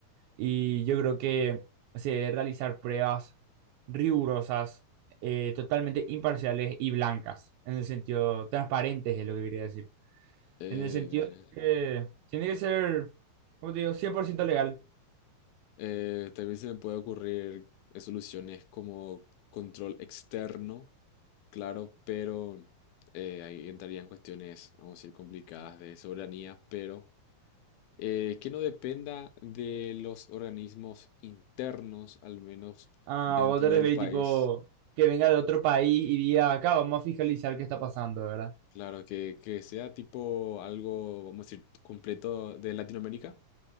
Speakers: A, on the right; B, on the left.
A: Y yo creo que se debe realizar pruebas rigurosas, eh, totalmente imparciales y blancas, en el sentido, transparentes es lo que quería decir.
B: Eh,
A: En el sentido de que tiene que ser, como te digo, 100% legal.
B: eh, también se me puede ocurrir soluciones como control externo Claro, pero eh, ahí entrarían cuestiones, vamos a decir, complicadas de soberanía, pero eh, que no dependa de los organismos internos, al menos
A: Ah,
B: dentro
A: vos te referís
B: del país.
A: tipo que venga de otro país y diga, acá vamos a fiscalizar qué está pasando, ¿verdad?
B: Claro, que, que sea tipo algo, vamos a decir, completo de Latinoamérica